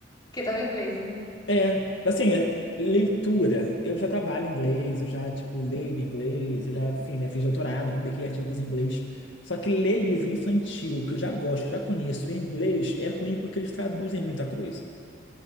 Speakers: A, on the left (about 20°); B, on the left (about 65°).
A: Porque tava em inglês, né?
B: É, assim, é, leitura. Eu já trabalho em inglês, eu já, tipo, leio em inglês, eu já, enfim, né, fiz doutorado, publiquei artigos em inglês. Só que ler livro infantil, que eu já gosto, já conheço em inglês, é ruim porque eles traduzem muita coisa.